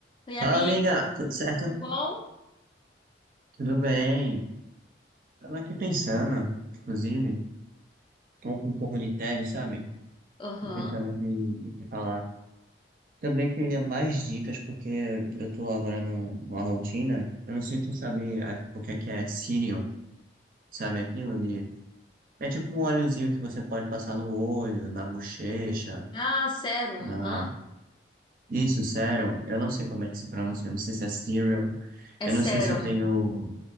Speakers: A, on the left (about 25°); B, on the right (about 50°).
A: Oi, amigo,
B: Fala, amiga, tudo certo?
A: tudo bom?
B: Tudo bem. Tava aqui pensando, inclusive, tô com um pouco de tédio, sabe?
A: Aham.
B: Tô pensando aqui em falar. Também queria mais dicas, porque eu tô agora num- numa rotina. Eu não sei se tu sabe a- o que é que é Cirium, sabe aquilo de... É tipo um óleozinho que você pode passar no olho, na bochecha,
A: Ah, sérum,
B: na...
A: aham.
B: Isso, sérum. Eu não sei como é que se pronuncia, eu não sei se é Cirium.
A: É
B: Eu
A: sérum.
B: não sei se eu tenho...